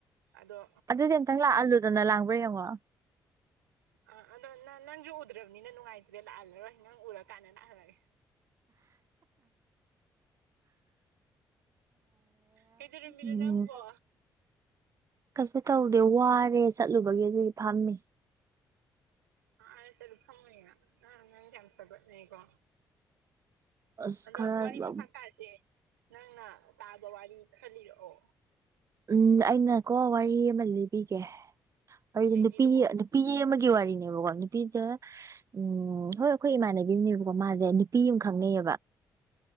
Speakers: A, on the right; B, on the right.
A: ꯑꯗꯣ
B: ꯑꯗꯨꯗꯤ ꯑꯝꯇꯪ ꯂꯥꯛꯍꯜꯂꯨꯗꯅ ꯂꯥꯡ꯭ꯔꯥ ꯌꯦꯡꯉꯣ
A: ꯑꯥ ꯑꯗꯣ ꯅ ꯅꯪꯁꯨ ꯎꯗ꯭ꯔꯕꯅꯤꯅ ꯅꯨꯡꯉꯥꯏꯇ꯭ꯔꯦ ꯂꯥꯛꯍꯜꯂꯔꯣꯏ ꯅꯪ ꯎꯔꯀꯥꯟꯗ ꯂꯥꯛꯍꯜꯂꯒꯦ ꯀꯩꯗꯧꯔꯝꯃꯤꯅꯣ
B: ꯕꯤꯝ
A: ꯅꯪꯕꯣ
B: ꯑ ꯎꯝ ꯀꯩꯁꯨ ꯇꯧꯗꯦ ꯋꯥꯔꯦ ꯆꯠꯂꯨꯕꯒꯤ ꯑꯗꯨꯗꯤ ꯐꯝꯃꯦ
A: ꯑ ꯁꯂꯝ ꯑꯣꯏꯉ ꯑꯥꯡ ꯀꯁꯄꯀꯣ
B: ꯑꯁ
A: ꯑꯗꯣ
B: ꯈꯔ
A: ꯋꯥꯔꯤ ꯃꯈꯥ ꯇꯥꯁꯦ ꯅꯪꯅ ꯇꯥꯕ ꯋꯥꯔꯤ ꯈꯜꯂꯤꯔꯛꯑꯣ
B: ꯎꯝ ꯑꯩꯅꯀꯣ ꯋꯥꯔꯤ ꯑꯃ ꯂꯤꯕꯤꯒꯦꯗꯤ
A: ꯂꯤꯕꯤꯔꯛꯑꯣ
B: ꯅꯨꯄꯤ ꯅꯨꯄꯤ ꯑꯃꯒꯤ ꯋꯥꯔꯤꯅꯦꯕꯀꯣ ꯅꯨꯄꯤꯁꯦ ꯎꯝ ꯍꯣꯏ ꯑꯩꯈꯣꯏ ꯏꯃꯥꯟꯅꯕꯤ ꯑꯃꯅꯦꯕꯀꯣ ꯃꯥꯁꯦ ꯅꯨꯄꯤ ꯑꯃ ꯈꯪꯅꯩꯌꯦꯕ